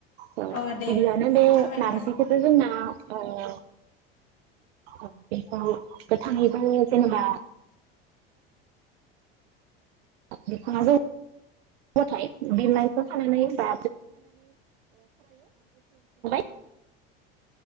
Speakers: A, on the right; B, on the left.
A: औ
B: अ दे
A: गिबियावनो बे
B: फोरमायनो
A: नारजिखौथ'
B: हागोन
A: जोंना ओ बेखौ गोथाङैबो जेनेबा बिफाङा जौबाथाय बिलाइखौ खानानै बा <unintelligible>